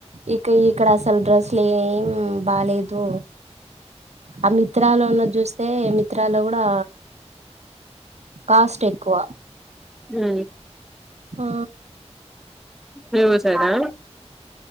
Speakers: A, on the right; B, in the centre.
A: ఇక ఇక్కడ అసలు డ్రస్సులు ఏం బాలేదు ఆ మిత్రాలో అన్నా చూస్తే మి త్రాలో కూడా కాస్ట్ ఎక్కువ
B: ఊ
A: ఆ
B: మీ ఊరు సయిడా